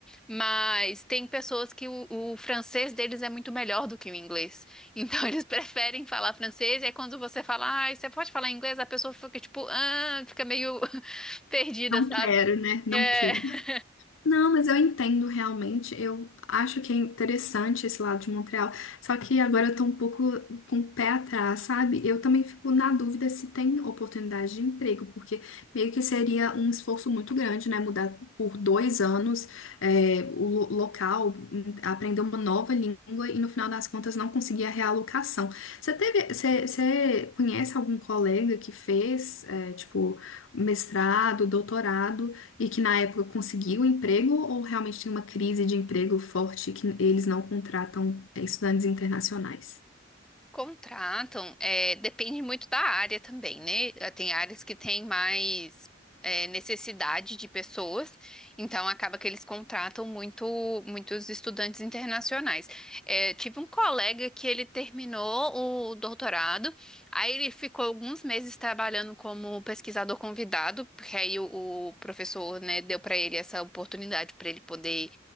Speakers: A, in the centre; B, on the left.
A: mas tem pessoas que o, o francês deles é muito melhor do que o inglês. Então <laughs> eles preferem falar francês, e aí quando você fala, ai, você pode falar inglês, a pessoa fica tipo, ah, fica meio <laughs> perdida,
B: Não quero, né? Não
A: é,
B: quero.
A: <laughs>
B: Não, mas eu entendo realmente. Eu acho que é interessante esse lado de Montreal. Só que agora eu tô um pouco com o pé atrás, sabe? Eu também fico na dúvida se tem oportunidade de emprego, porque meio que seria um esforço muito grande, né? Mudar por dois anos, é, o lo- local, em- aprender uma nova língua e no final das contas não conseguir a realocação. Você teve, você, você conhece algum colega que fez, é, tipo, mestrado, doutorado? E que na época conseguiu um emprego ou realmente tem uma crise de emprego forte que eles não contratam é, estudantes internacionais?
A: contratam, é, depende muito da área também, né? Ah, Tem áreas que têm mais é, necessidade de pessoas, então acaba que eles contratam muito, muitos estudantes internacionais. É, tive um colega que ele terminou o doutorado, aí ele ficou alguns meses trabalhando como pesquisador convidado, porque aí o, o professor, né, deu para ele essa oportunidade para ele poder